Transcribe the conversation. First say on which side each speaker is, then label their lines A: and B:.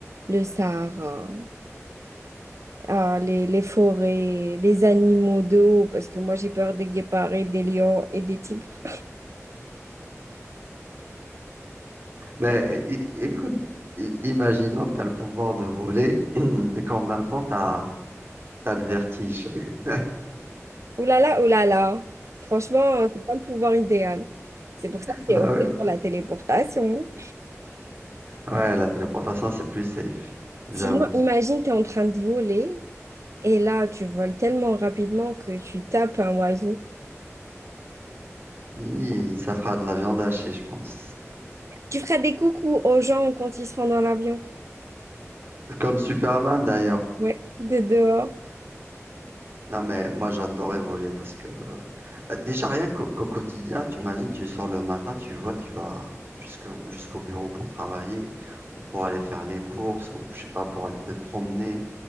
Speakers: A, on the right; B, on the right.
A: le Sahara. euh, les, les forêts, les animaux d'eau, parce que moi j'ai peur des guépards et des lions et des tigres.
B: Mais é- écoute, i- imaginons que tu as le pouvoir de voler, <clears throat> mais qu'en même temps, tu as, le vertige. <laughs>
A: Ouh là là, ouh là là. Franchement, euh, c'est pas le pouvoir idéal. C'est pour ça que
B: Bah
A: j'ai opté
B: oui.
A: pour la téléportation.
B: Ouais, la téléportation, c'est plus safe, j'avoue.
A: Sinon, imagine, tu es en train de voler et là, tu voles tellement rapidement que tu tapes un oiseau.
B: Hi, ça fera de la viande hachée, je pense.
A: Tu feras des coucous aux gens quand ils seront dans l'avion.
B: Comme Superman, d'ailleurs.
A: Ouais, de dehors.
B: Non, mais moi, j'adorais voler parce que... bah, déjà, rien qu'au qu'au quotidien, tu imagines, tu sors le matin, tu voles, tu vas jusqu'au jusqu'au bureau pour travailler ou pour aller faire les courses ou, je sais pas, pour aller te promener.